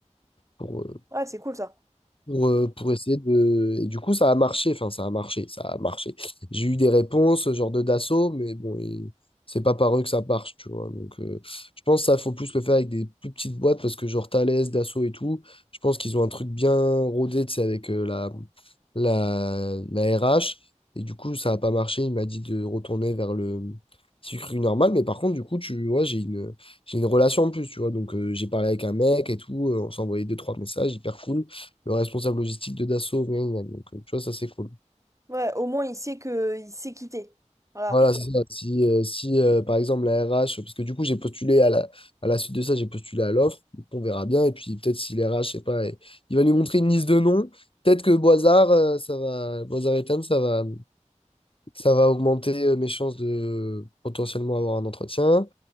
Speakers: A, on the left (about 45°); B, on the right (about 25°).
A: pour, euh,
B: Ouais, c'est cool ça.
A: pour, euh, pour essayer de... Et du coup, ça a marché, enfin, ça a marché, ça a marché. J'ai eu des réponses, genre de Dassault, mais bon, et c'est pas par eux que ça marche, tu vois. Donc, euh, je pense que ça, faut plus le faire avec des plus petites boîtes, parce que genre Thales, Dassault et tout, je pense qu'ils ont un truc bien rodé, tu sais, avec euh, la, la, la RH. Et du coup, ça a pas marché, il m'a dit de retourner vers le... sucre normal, mais par contre, du coup, tu vois, j'ai une, j'ai une relation en plus, tu vois. Donc, euh, j'ai parlé avec un mec et tout, euh, on s'envoyait deux, trois messages, hyper cool le responsable logistique de Dassault. gna, gna, gna. Donc, euh, tu vois, ça, c'est cool.
B: Ouais, au moins, il sait que il sait quitter. Voilà.
A: Voilà, c'est ça. Si, euh, si euh, par exemple, la RH, parce que du coup, j'ai postulé à la, à la suite de ça, j'ai postulé à l'offre. Donc, on verra bien. Et puis, peut-être si les RH, je sais pas, et- il va nous montrer une liste de noms. Peut-être que Boisard, euh, ça va, Boisard Ethan, ça va, ça va augmenter euh, mes chances de potentiellement avoir un entretien.